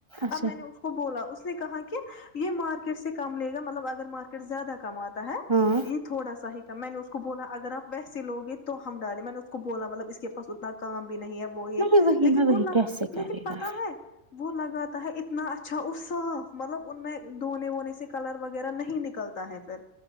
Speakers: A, on the right; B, on the left.
A: اچھا
B: اب میں نے اس کو بولا اس نے کہا کہ یہ مارکیٹ سے کم لے گا مطلب اگر مارکیٹ زیادہ کماتا ہے
A: ہاں
B: یہ تھوڑا سا ہی کم میں نے اس کو بولا اگر آپ سے لوگے تو ہم ڈالے میں نے اس کو کو بولا مطلب اس کے پاس اتنا کام بھی نہیں ہے وہ یہ
A: نہیں وہی
B: لیکن
A: نہ وہی
B: وہ
A: کیسے کرے
B: لیکن پتا
A: گا
B: ہے وہ لگا اتنا اچھا اور صاف مطلب ان میں دھونے وونے سے کلر وغیرہ نہیں نکلتے ہے پھر